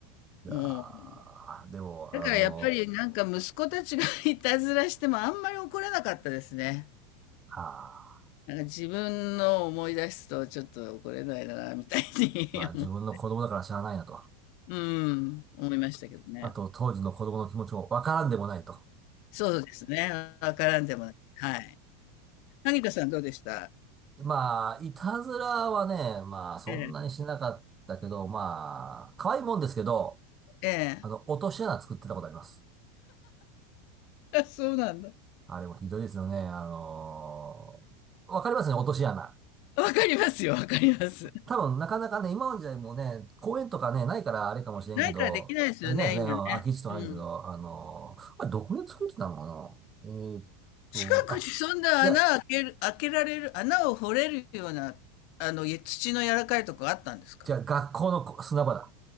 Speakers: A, on the right; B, on the left.
A: や
B: もう、
A: ーでも、
B: だからやっぱりなんか息子たちが
A: あの、
B: <laughs> いたずらしてもあんまり怒らなかったですね。
A: はあ、
B: なんか自分の思い出すとちょっと怒れないなみたいに
A: まあ自分の子供だから知らないなと。
B: <laughs> 思う、<laughs> うーん、思いましたけどね。
A: あと当時の子供の気持ちもわからんでもないと。
B: そうですね、わからんでもない。はい。萩田さんどうでした
A: まあ、いたずらはね、まあそんなにしなかったけど、
B: ええ、
A: まあ、可愛いもんですけど、
B: え
A: あの、落とし穴作ってたことあります。
B: え。あ、そうなんだ。
A: あれもひどいですよね。あのーわかりますね、落とし穴。
B: わかりますよ、わかります。
A: 多分、なかなかね、今の時代もね、公園とかね、ないからあれかもしれんけど、
B: ないからできないですよね、
A: あれないですね、
B: 今ね。
A: うん空き地とかないですけど、
B: うん。
A: あのーあれ、どこで作ってたのかなえーっと、
B: 近くにそんな穴開ける、
A: あ、いや、
B: 開けられる、穴を掘れるような、あの、い土の柔らかいとこあったんですか
A: じゃあ学校のこ砂場だ。